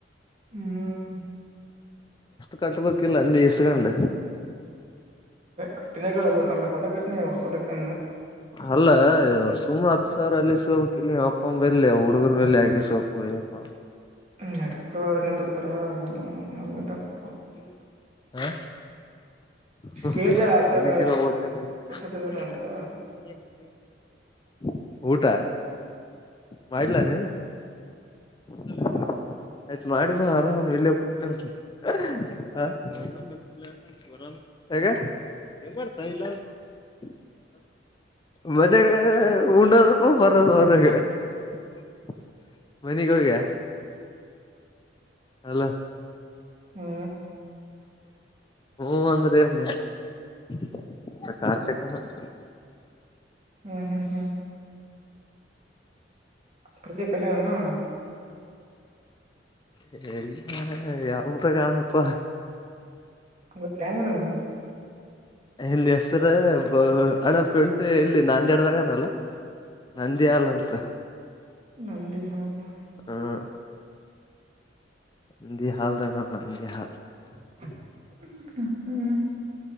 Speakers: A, on the right; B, on the left.
A: ಹ್ಮ್
B: ಕಟ್ಬೇಕಿಲ್ಲ ಇಸ್ಕೊಂಡು.
A: ಕಟ್ಟಿಗಳು ಅದು ಅಡ್ತ ಕಾಲ ಕಟ್ಟನ ಹೊಸಲಕ್ಕೆ.
B: ಅಲ್ಲ ಸುಮ್ ಹತ್ತು ಸಾವಿರ ಅಲ್ಲಿ ಸೋಕ್ ಇಲ್ಲಿ ಅಪ್ಪಮ್ಮ ಬೆಲ್ಲಿ ಹುಡುಗರು ಬೆಲ್ಲಿ ಹಾಕಿ ಸೋಬೇಕುಪ್ಪ.
A: ನಡಸ್ತ್ರ ನಿಂದ್ರೀತರ <unintelligible>
B: <inaudible> <unintelligible>
A: ಕೇಳಿದೆ ಸರ್ ಸತ್ಯಧನ ಅಂತ
B: ಊಟ ಮಾಡಲ ನೀನಾ. <inaudible> ಆಯ್ತ್ ಮಾಡಿ ಆರಾಮ್ ಇಲ್ಲಿ ಕುತಾರ. <unintelligible> ಮನಗೆ ಉಣೋದಪ್ಪ ಬರದು ಹೊರಗೆ. <inaudible> ಮನೆಗ್ ಹೋಗ. ಅಲ್ಲ.
A: ಹಾ
B: <unintelligible>
A: ಹ್ಮ್ ಹ್ಮ್ ಹ್ಮ್ ಪ್ರತಿ ಕಲ್ಯಾಣನ.
B: ಎಲ್ಲ <unintelligible>
A: <unintelligible>
B: ಎನ್ ಹೆಸರು ಅಣ್ಣ ಫ್ರಂಟ್ ಎಲ್ಲಿ ನಾಂದಿ ಡ್ದಾಗನಲ್ಲ. ನಂದಿ ಹಾಲ್ ಅಂತ
A: ನಂದಿಹಾಲ್
B: ಹ್ಮ ನಂದಿ ಹಾಲ್ <unintelligible>
A: <unintelligible>